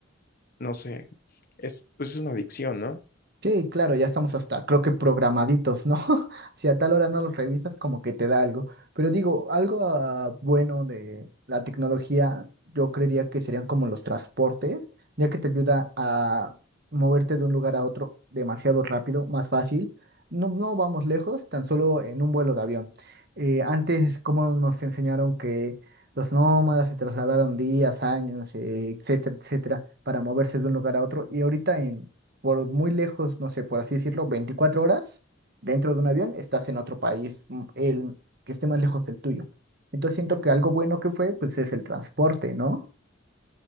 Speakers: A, on the left; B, on the right.
A: no sé, es, pues es una adicción, ¿no?
B: Sí, claro, ya estamos hasta, creo que programaditos, ¿no? <laughs> Si a tal hora no los revisas, como que te da algo. Pero digo, algo ah, bueno de la tecnología, yo creería que serían como los transportes, ya que te ayuda a moverte de un lugar a otro demasiado rápido, más fácil. No, no vamos lejos, tan solo en un vuelo de avión. Eh, antes, como nos enseñaron que los nómadas se trasladaron días, años, eh, etcétera, etcétera, para moverse de un lugar a otro, y ahorita en por muy lejos, no sé, por así decirlo, 24 horas dentro de un avión, estás en otro país, mm, el que esté más lejos del tuyo. Entonces siento que algo bueno que fue, pues es el transporte, ¿no?